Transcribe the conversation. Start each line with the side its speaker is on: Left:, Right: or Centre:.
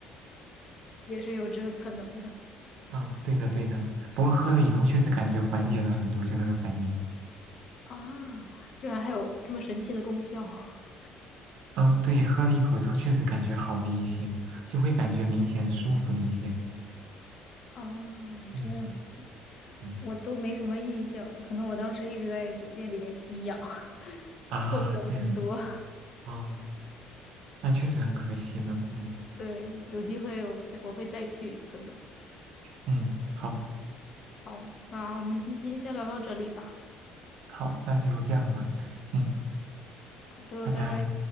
Left: <laughs> 也是有这个可能的
Right: 啊，对的对的，不过喝了以后确实感觉缓解了很多，就那个反应。
Left: 啊！居然还有这么神奇的功效 <laughs>
Right: 嗯、对，喝了一口之后确实感觉好了一些，就会感觉明显舒服了一些。
Left: 啊！
Right: 嗯
Left: 这样子。
Right: 嗯，
Left: 我都没什么印象了，可能我当时一直在酒店里边吸氧，<laughs>
Right: 啊，
Left: 错过了很多。
Right: 对啊，哦那确实很可惜呢。嗯
Left: 对，有机会我再我会再去一次的。
Right: 嗯，好。
Left: 好，那我们今天先聊到这里吧。
Right: 好，那就这样吧，嗯，
Left: 好的，
Right: 拜拜。
Left: 拜拜。